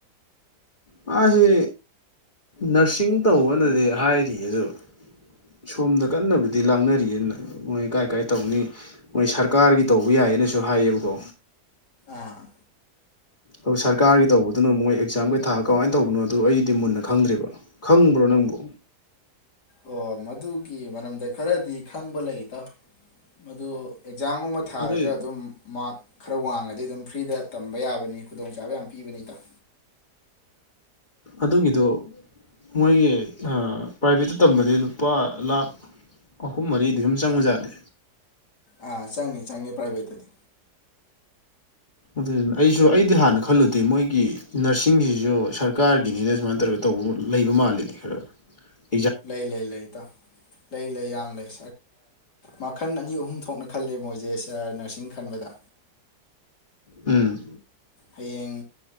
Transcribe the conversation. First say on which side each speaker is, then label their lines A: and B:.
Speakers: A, on the left (about 30°); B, on the left (about 75°).
A: ꯃꯥꯁꯦ ꯅꯔꯁꯤꯡ ꯇꯧꯕꯅꯗꯤ ꯍꯥꯏꯔꯤꯌꯦ ꯑꯗꯨ ꯁꯣꯝꯗ ꯀꯟꯅꯕꯨꯗꯤ ꯂꯥꯡꯅꯔꯤꯑ ꯃꯣꯏ ꯀꯥꯏ ꯀꯥꯏ ꯇꯧꯅꯤ ꯃꯣꯏ ꯁꯔꯀꯥꯔꯒꯤ ꯇꯧꯕ ꯌꯥꯏꯌꯦꯑꯅꯁꯨ ꯍꯥꯏꯌꯦꯕꯀꯣ
B: ꯑꯥ
A: ꯑꯗꯨ ꯁꯔꯀꯥꯔꯒꯤ ꯇꯧꯕꯗꯨꯅꯣ ꯃꯣꯏ ꯑꯦꯛꯖꯥꯝ ꯀꯩ ꯊꯥ ꯀꯃꯥꯏꯅ ꯇꯧꯕꯅꯣ ꯑꯗꯨ ꯑꯩꯗꯤ ꯃꯨꯟꯅ ꯈꯪꯗ꯭ꯔꯦꯕ ꯈꯪꯕ꯭ꯔꯣ ꯅꯪꯕꯨ
B: ꯑꯣ ꯃꯗꯨꯒꯤ ꯃꯔꯝꯗ ꯈꯔꯗꯤ ꯈꯪꯕ ꯂꯩꯇꯥꯎ ꯃꯗꯨ ꯑꯦꯛꯖꯥꯝꯒꯨꯝꯕ ꯊꯥꯔꯒ
A: ꯑꯗꯨꯏ
B: ꯑꯗꯨꯝ ꯃꯔꯛ ꯈꯔ ꯋꯥꯡꯉꯗꯤ ꯑꯗꯨꯝ ꯐ꯭ꯔꯤꯗ ꯇꯝꯕ ꯌꯥꯕꯅꯤ ꯈꯨꯗꯣꯡꯆꯥꯕ ꯌꯥꯝ ꯄꯤꯕꯅꯤ ꯏꯇꯥꯎ
A: ꯑꯗꯨꯒꯤꯗꯣ ꯃꯣꯏꯒꯤ ꯄ꯭ꯔꯥꯏꯚꯦꯠꯇ ꯇꯝꯕꯗꯤ ꯂꯨꯄꯥ ꯂꯥꯈ ꯑꯍꯨꯝ ꯃꯔꯤꯗꯤ ꯑꯗꯨꯝ ꯆꯪꯕꯖꯥꯠꯅꯤ
B: ꯑꯥ ꯆꯪꯉ ꯆꯪꯏ ꯄ꯭ꯔꯥꯏꯚꯦꯠꯇꯗꯤ
A: ꯑꯗꯨꯗꯨꯅ ꯑꯩꯁꯨ ꯑꯩꯗꯤ ꯍꯥꯟꯅ ꯈꯜꯂꯨꯗꯦ ꯃꯣꯏꯒꯤ ꯅꯔꯁꯤꯡꯁꯤꯁꯨ ꯁꯔꯀꯥꯔꯒꯤꯅꯤꯅ ꯁꯨꯃꯥꯏꯅ ꯇꯧꯔꯒ ꯇꯧꯕ ꯂꯩꯕ ꯃꯥꯜꯂꯤꯅꯤ ꯈꯔ ꯈ
B: ꯂꯩ ꯂꯩ ꯏꯇꯥꯎ ꯂꯩ ꯂꯩ ꯌꯥꯝ ꯂꯩ ꯃꯈꯜ ꯑꯅꯤ ꯑꯍꯨꯝ ꯊꯣꯛꯅ ꯈꯜꯂꯦ ꯃꯣꯏꯁꯦ ꯅꯔꯁꯤꯡ ꯈꯟꯕꯗ
A: ꯎꯝ
B: ꯍꯌꯦꯡ